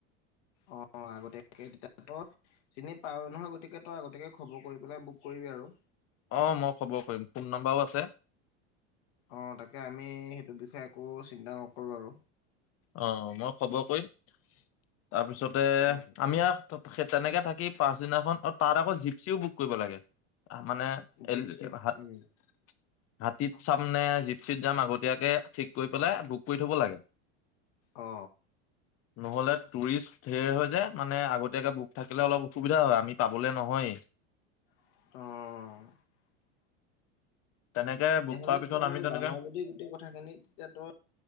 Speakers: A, on the left; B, on the left.
A: অঁ আগতীয়াকে তেতিয়া ত চিনি পাৱ নহয় গতিকে তই আগতীয়াকে খবৰ কৰি পেলাই বুক কৰিবি আৰু
B: অ', মই খবৰ কৰিম ফোন নাম্বাৰও আছে।
A: অ', তাকে আমি সেইটো বিষয়ে একো চিন্তা নকৰোঁ আৰু।
B: অ', মই খবৰ কৰিম। তাৰপিছতে
A: উম
B: আমিয়াক ত সেই তেনেকে থাকি পাচদিনাখন অ, তাত আকৌ জিপচিও বুক কৰিব লাগে। মানে
A: জীপ
B: এই
A: চিপ
B: হাত
A: উম
B: হাতীত চাম নে জিপচিত যাম আগতীয়াকে ঠিক কৰি পেলাই বুক কৰি থব লাগে।
A: অ।
B: নহ'লে টুৰিষ্ট ধেৰ হয় যে, মানে আগতীয়াকে বুক থাকিলে অলপ অসুবিধা হয় আমি পাবলে নহয়।
A: অহ।
B: তেনেকে বুক
A: তেতিয়াহলে
B: কৰাৰ পিছত
A: তই
B: আমি তেনেকে
A: জানাৱ বুলি গোটেই কথাখিনি তেতিয়া তই